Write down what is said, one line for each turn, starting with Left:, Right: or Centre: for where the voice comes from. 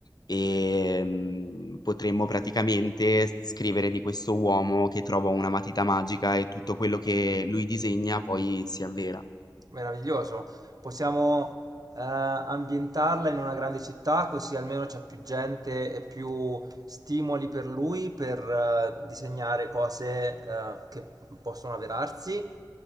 Left: e mm, potremmo praticamente scrivere di questo uomo che trova una matita magica e tutto quello che lui disegna poi si avvera.
Right: Meraviglioso. Possiamo eh, ambientarla in una grande città, così almeno c'è più gente e più stimoli per lui per eh, disegnare cose eh, che possono avverarsi.